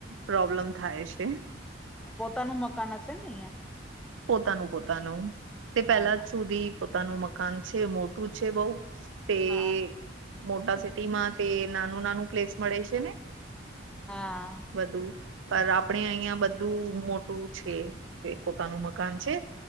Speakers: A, on the right; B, in the centre.
A: પ્રોબ્લમ થાય છે.
B: અ પોતાનું મકાન હશેને અહિયાં?
A: પોતાનું પોતાનું, તે પેલા
B: હા
A: જ સુધી પોતાનું મકાન છે, મોટું છે બઉ તે
B: હા હા
A: મોટા સિટીમાં તે નાનું નાનું પ્લેસ મળે છે ને.
B: હા.
A: બધું, પર આપડે અહિયાં બધું મોટું છે કે પોતાનું મ કાન છે.